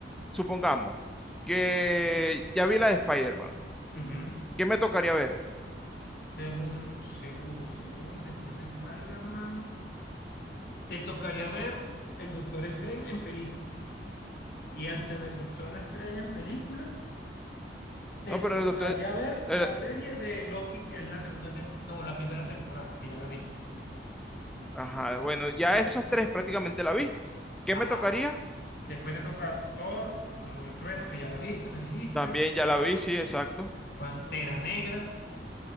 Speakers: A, in the centre; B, on the left.
A: supongamos que ya vi la de Spider-Man.
B: Ujú.
A: ¿Qué me tocaría ver?
B: Según, según, según, después de Spider-Man, te tocaría ver el Doctor Strange en película. Y antes del Doctor Strange en película, te
A: No,
B: tocaría
A: pero el doctor...
B: ver
A: el-
B: la serie de Loki, que es la segunda tem- no, la primera temporada, que ya la viste.
A: ajá, bueno, ya esas tres prácticamente la vi. ¿Qué
B: Ajá.
A: me tocaría?
B: Después te toca Thor, Amor y Trueno, que ya la viste, me dijiste.
A: También ya la vi, sí, exacto.
B: Pantera Negra,